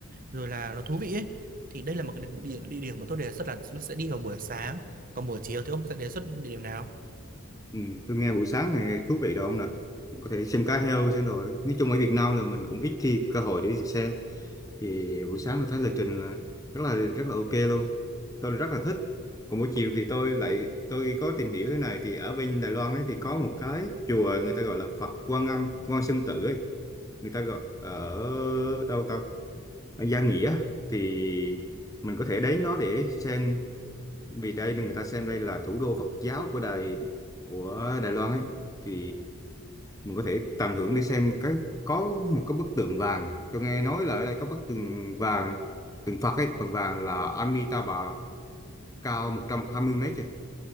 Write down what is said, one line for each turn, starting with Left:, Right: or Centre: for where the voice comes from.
Right: rồi là nó thú vị ấy thì đây là một cái địa, địa điểm mà tôi đề xuất là sẽ đi vào buổi sáng còn buổi chiều thì ông sẽ đề xuất địa điểm nào
Left: Ừ, tôi nghe buổi sáng này thú vị rồi ông nè. Có thể xem cá heo xem rồi. Nói chung ở Việt Nam là mình cũng ít khi cơ hội để đi xem thì buổi sáng tôi thấy lịch trình là rất là rất là ok luôn tôi rất là thích còn buổi chiều thì tôi lại tôi có tìm hiểu thế này thì ở bên Đài Loan ấy thì có một cái chùa người ta gọi là Phật Quan Âm Quan Sơn Tử ấy người ta gọi ở đâu ta ở Gia Nghĩa thì mình có thể đến đó để xem vì đây người ta xem đây là thủ đô Phật giáo của Đài của Đài Loan ấy thì mình có thể tận hưởng để xem cái có một cái bức tượng vàng tôi nghe nói là ở đây có bức tượng vàng tượng Phật ấy bằng vàng là Amitabha cao 120 mét ấy,